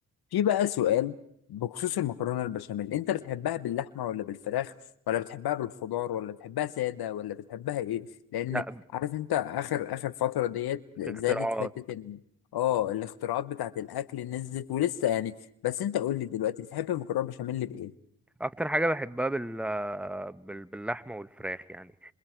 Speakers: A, on the left (about 70°); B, in the centre.
A: في بقى سؤال بخصوص المكرونة البشاميل انت بتحبها باللحمة ولا بالفراخ ولا بتحبها بالخضار ولا بتحبها سادة ولا بتحبها ايه لان
B: لا
A: عارف انت اخر اخر فترة ديت زادت
B: في اختراعات
A: حتة ان اه الاختراعات بتاعت الاكل نزلت ولسه يعني بس انت قول لي دلوقتي بتحب المكرونة البشاميل بايه
B: اكتر حاجه بحبها بال... بال... باللحمه والفراخ يعني